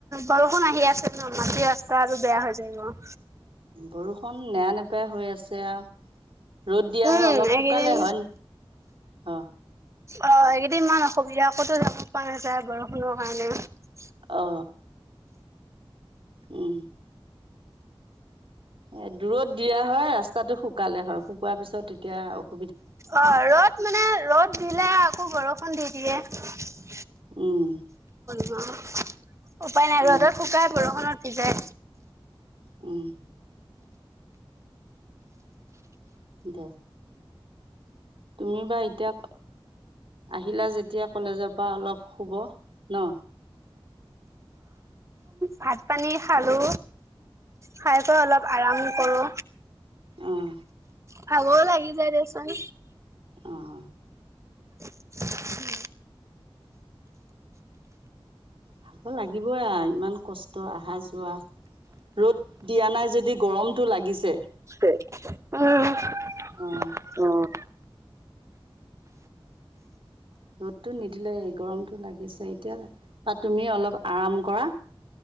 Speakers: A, on the right; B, on the right.
A: বৰষুণ আহি আছে ন মাটি ৰাস্তা আৰু বেয়া হৈ যায়।
B: বৰষুণ নেৰা নেপাই হৈ আছে আৰু। ৰ'দ দিয়া
A: উম
B: হয় অলপ
A: এইকেইদিন
B: শুকালে হয় অ।
A: অ এইকেইদিন ইমান অসুবিধা আ কতো দে পোৱা নাযায় বৰষুণৰ কাৰণে।
B: অ উম। এ দূৰত দিয়া হয় ৰাস্তাটো শুকালে হয়, শুকোৱাৰ পিছত তেতিয়া অ
A: অ ৰ'দ মানে ৰ'দ দিলে আকৌ বৰষুণ দি দিয়ে। <unintelligible>
B: উম।
A: উম। উপায় নাই,
B: উম
A: ৰদত শুকাই বৰষুণত সিজাই।
B: উম। দে। তুমি বা এতিয়া আহিলা যেতিয়া কলেজৰ পৰা অলপ শুব ন।
A: ভাত পানী খালো খাই বৈ অলপ আৰাম কৰো।
B: অহ।
A: ভাগৰ লাগি যায় দেচোন।
B: অহঁ।
A: <unintelligible>
B: ভাগৰ লাগিবই আ ইমান কষ্ট অহা যোৱা, ৰ'দ দিয়া নাই যদি গৰমটো লাগিছে।
A: উম।
B: অহঁ।
A: উম
B: ৰ'দটো নিদিলে গৰমটো লাগিছে, এতিয়া বা তুমি অলপ আৰাম কৰা,